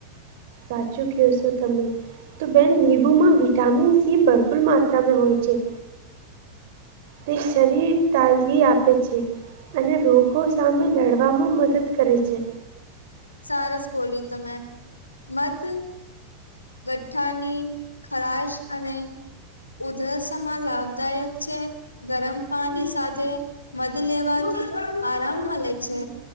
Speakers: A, on the right; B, on the left.
A: સાચું કેવોશો તમે. તો બેન નિમ્બુ માં વિટામિન સી ભરપૂર માત્રામાં હોય છે. તે શરીર તાજગી આપે છે અને રોગો સામે લડ લડવામાં મદદ કરે છે.
B: સારસ બોલી તમે મત ગઠ્ઠાની ખરાશ અને ઉધરસ મા લાભદાયક છે. ગરમ પાણી સાથે મધ લેવાથી આરામ મલે છે.